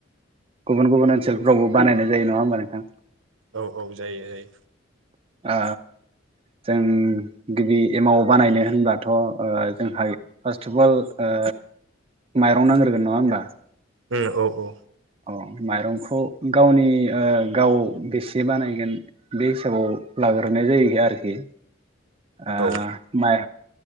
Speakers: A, on the right; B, on the right.
A: गुबुन गुबुन ओनसोलफ्रावबो बानायनाय जायो नङा होमबा नोंथां?
B: औ औ जायो जायो।
A: ओ जों गिबि एमाव बानायनो होनब्लाथ' जोंहा फार्स्ट अफ अल ओ माइरं नांग्रोगोन नङा होमबा?
B: उम औ औ।
A: औ माइरंखौ गावनि गाव बेसे बानायगोन बे हिसाबाव बाग्रोनाय जायो आरोखि ओ
B: औ
A: माइ